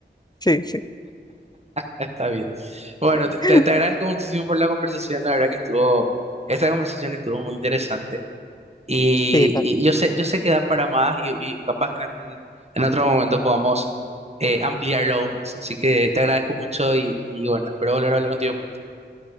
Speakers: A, on the left; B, on the right.
A: Sí, sí.
B: Está bien. Bueno,
A: <laughs>
B: te, te- te agradezco muchísimo por la conversación. La verdad que estuvo, esta conversación estuvo muy interesante. Y,
A: Sí, la-
B: y yo sé, yo sé que da para más y, y capaz que en algún, en otro momento podamos eh, ampliarlo aún más. Así que te agradezco mucho y, y bueno, espero volver a hablar contigo pronto.